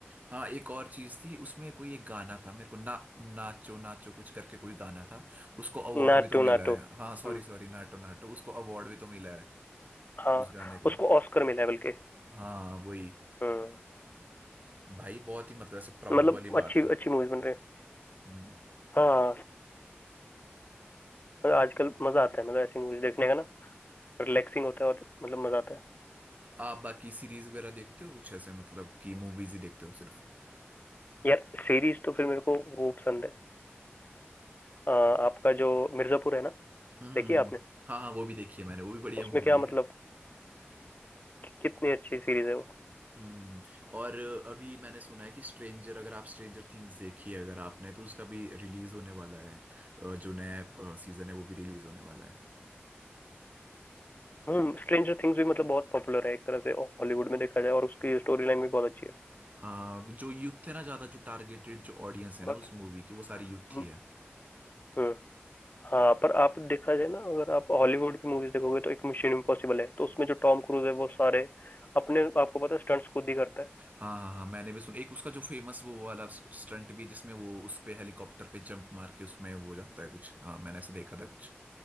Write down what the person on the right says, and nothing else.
हाँ एक और चीज थी उसमें कोई एक गाना था मेरे को ना नाचो नाचो कुछ करके कोई गाना था उसको अवार्ड
भी तो मिला
है हाँ सॉरी
सॉरी नाटो नाटो उसको अवार्ड भी तो मिला है
उस गाने को
हाँ वही
भाई बहुत ही मतलब ऐसे प्राउड
वाली
बात है
हम्म
आप बाकी सीरीज वगैरह देखते हो कुछ ऐसे मतलब कि मूवीज ही देखते हो सिर्फ
हम्म
हम्म,
हम्म। हाँ हाँ वो भी देखी है मैंने वो भी बढ़िया
मूवी
है
हम्म और अभी मैंने सुना है कि स्ट्रेंजर अगर आप स्ट्रेंजर थिंग्स देखी है अगर आपने तो उसका भी रिलीज होने वाला है अ, जो नया सीजन है वो भी रिलीज होने वाला है
हाँ जो यूथ है ना ज्यादा जो टारगेटेड जो ऑडियंस है ना
उस मूवी की वो सारी यूथ
ही है
हाँ हाँ हाँ मैंने भी सुना एक उसका जो फेमस वो वाला स्टंट भी है जिसमें वो उस पे हेलीकॉप्टर पे जंप मार के उसमें वो हो जाता है कुछ हाँ मैंने ऐसे देखा था कुछ